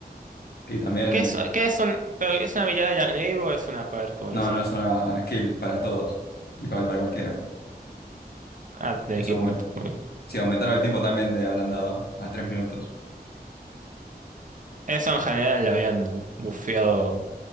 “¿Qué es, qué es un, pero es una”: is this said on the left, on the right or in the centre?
Right